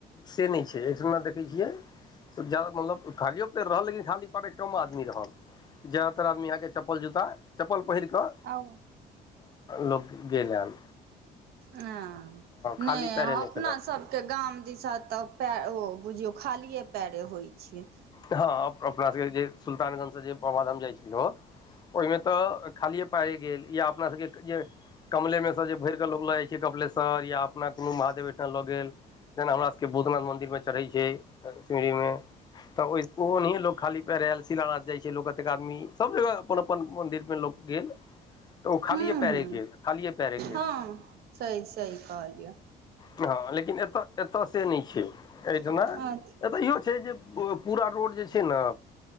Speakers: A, on the left (about 25°); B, on the right (about 70°).
A: से नहि छैय ऐ दिना देखै छियै जा मतलब खालियओ तऽ रहल लेकिन खाली पैरे कम आदमी रहल ज्यदातर आदमी अहाँके चप्पल जुता चप्पल पहिर कऽ
B: आउ
A: लोकग गेल आल
B: ऐआऽ नैय
A: खाली पैरे
B: अपना
A: नहि केलक
B: सब के गाम दिसा तऽ पै ओ बुझियौ खालिए पैरे होइ छैय
A: हँ अपना सबके जे सुल्तानगंज से जे बाबाधाम जाइ छ्लो ओहिमे तऽ खालीए पायरेगेल या अपना सबके जे कमले मे से जे भर के लोग लैय जा के कपिलेश्वर या अपना कोनो महादेव ओठाम लऽ गेल जेना हमरा सबके भूतनाथ मन्ददिर मे चढ़ै छैय सिमरीं में तऽ ओ ओनाहिे लोक खाली पै यरे आयल सिला नाथ जाइ छैय लोक एतेक आदमी सब जगह अपन अपन मन्दिर पे लोक गेल तऽ ओ खाली
B: हँ
A: ये पैरे गेल खाली ये पैरे गेल
B: हँ सही सही कहलियै
A: हँ लेकिन एतऽ एतऽ से नहि छैय एहिठिना
B: अच्छा
A: ऐतहियो छैय जे पूरा रोड जे छैय न